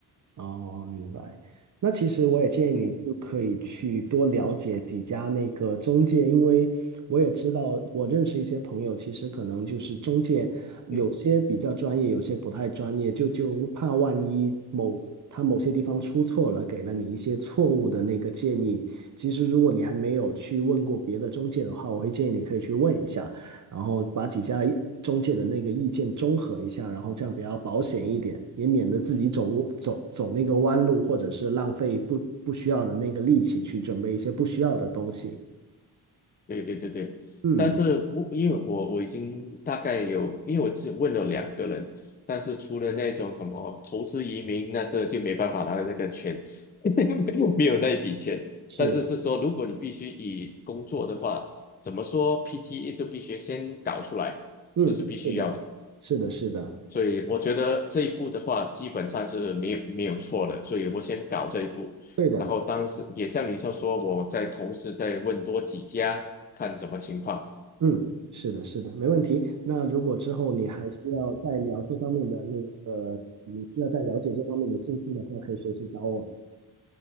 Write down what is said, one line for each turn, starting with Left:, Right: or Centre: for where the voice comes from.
Right: 哦，明白。那其实我也建议你就可以去多了解几家那个中介，
Left: 嗯
Right: 因为我也知道，我认识一些朋友，其实可能就是中介有些比较专业，
Left: 嗯。
Right: 有些不太专业，就就怕万一某他某些地方出错了，给了你一些错误的那个建议。其实如果你还没有去问过别的中介的话，我会建议你可以去问一下。然后把几家中介的那个意见综合一下，然后这样比较保险一点，也免得自己走走走那个弯路，或者是浪费不不需要的那个力气去准备一些不需要的东西。
Left: 对对对对，
Right: 嗯，
Left: 但是我因为我我已经大概有，因为我只问了两个人，但是除了那种什么投资移民，那这就没办法拿到那个钱，<laughs> 没有那一笔钱。
Right: 是，
Left: 但是是说，如果你必须以工作的话，怎么说 PTE 就必须先搞出来，
Right: 嗯，
Left: 这是必须要的。
Right: 是的，是的，是的，
Left: 所以我觉得这一步的话，基本上是没有没有错的。所以我先搞这一步，
Right: 对的，
Left: 然后当时也像你说说，我在同时再问多几家，看怎么情况。
Right: 嗯，是的，是的，没问题。那如果之后你还需要再聊这方面的那个，你需要再了解这方面的信息的话，可以随时找我。